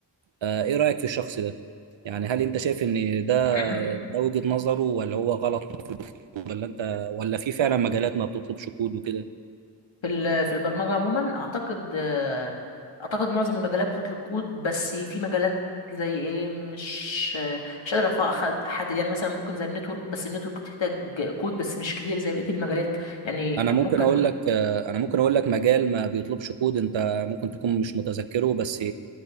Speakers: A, on the right (about 80°); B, on the left (about 90°).
A: آه، ايه رايك في الشخص ده يعني هل انت شايف ان ده
B: <coughs>
A: ده وجهة نظره ولا هو غلط ولا انت ولا في فعلا مجالات ما بتطلبش كود وكده
B: في ال- في البرمجة عموما أعتقد آه، أعتقد معظم المجالات بتطلب كود بس في مجالات زي إيه مش آه، مش قادر أف- أخد- أحدد يعني مثلا ممكن زي النتورك بس النتورك تحتاج كود بس مش كتير زي بقية المجالات يعني
A: انا ممكن
B: ممكن
A: اقول لك انا ممكن اقول لك مجال ما بيطلبش كود انت ممكن تكون مش متذكره بس